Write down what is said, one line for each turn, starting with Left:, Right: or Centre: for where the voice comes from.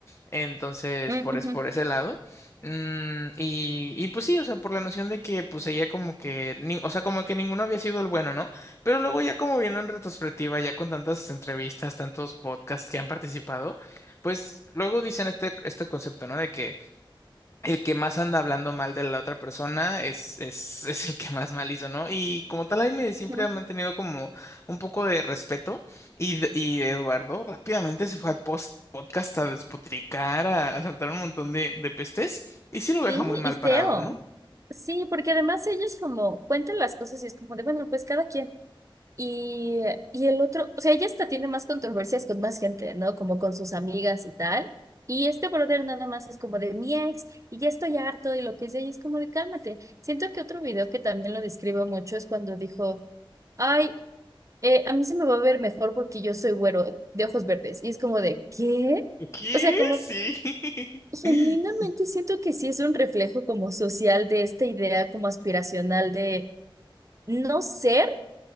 Left: entonces
Right: Mm,
Left: por,
Right: ujú,
Left: es, por ese lado. Mm, y, y pues sí, o sea, por la noción de que pues ella como que, ni- o sea, como que ninguno había sido el bueno, ¿no? Pero luego ya como viendo en retrospectiva, ya con tantas entrevistas, tantos podcasts que han participado, pues luego dicen este, este concepto, ¿no? De que el que más anda hablando mal de la otra persona es, es, <laughs> es el que más mal hizo, ¿no? Y como tal, Jaime siempre
Right: ujú.
Left: ha mantenido como un poco de respeto y, de- y Eduardo rápidamente se fue al post podcast a despotricar, a, a saltar un montón de, de pestes y sí lo deja
Right: Sí,
Left: muy mal
Right: y
Left: parado,
Right: feo.
Left: ¿no?
Right: Sí, porque además ellos como cuentan las cosas y es como de, bueno, pues cada quien. Y, y el otro, o sea, ella hasta tiene más controversias con más gente, ¿no? Como con sus amigas y tal. Y este brother nada más es como de mi ex y ya estoy harto y lo que sea, y es como de cálmate. Siento que otro video que también lo describo mucho es cuando dijo, ay, eh, a mí se me va a ver mejor porque yo soy güero de ojos verdes. Y es como de, ¿qué?
Left: ¿Qué?
Right: O sea, como
Left: Sí.
Right: Genuinamente
Left: <laughs>
Right: siento que sí es un reflejo como social de esta idea como aspiracional de no ser,